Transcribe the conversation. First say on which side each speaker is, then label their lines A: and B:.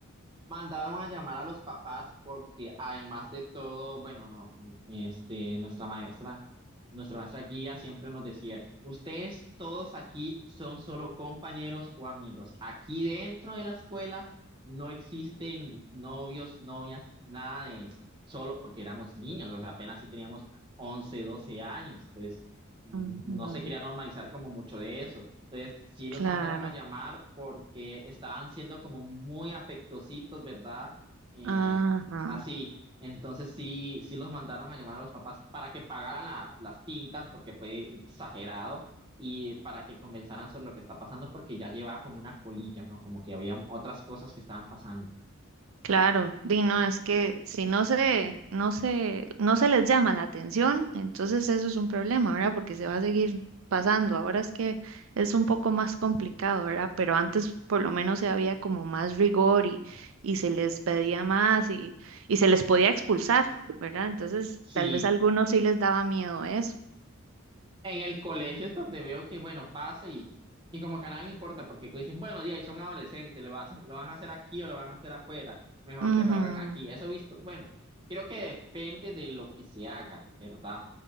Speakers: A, on the right; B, on the right.
A: Mandaron a llamar a los papás porque además de todo, bueno, no, este, nuestra maestra, nuestra maestra guía siempre nos decía, ustedes todos aquí son solo compañeros o amigos. Aquí dentro de la escuela no existen novios, novias, nada de eso. Solo porque éramos niños, o sea, apenas si teníamos 11 12 años. Entonces, n-
B: Ujú,
A: no se quería normalizar como mucho de eso. Entonces, sí los
B: claro,
A: mandaron a llamar porque estaban siendo como muy afectositos, ¿verdad? Eh,
B: ajá.
A: así. Entonces, sí, sí los mandaron a llamar a los papás para que pagaran la- las tintas porque fue exagerado y para que conversaran sobre lo que está pasando porque ya llevaba como una colilla, ¿no? Como que había otras cosas que estaban pasando.
B: Claro, di no, es que si no se, no se, no se les llama la atención, entonces eso es un problema, ¿verdad? Porque se va a seguir pasando. Ahora es que es un poco más complicado, ¿verdad? Pero antes por lo menos se había como más rigor y, y se les pedía más y, y se les podía expulsar, ¿verdad? Entonces
A: Sí,
B: tal vez a algunos sí les daba miedo eso.
A: En el colegio es donde veo que, bueno, pasa y, y como que a nadie le importa, porque dicen, bueno, ya, y son adolescentes, lo hacen, lo van a hacer aquí o lo van a hacer afuera, mejor
B: Ujú,
A: que lo hagan aquí. Eso he visto, bueno, creo que depende de lo que se haga, ¿verdad?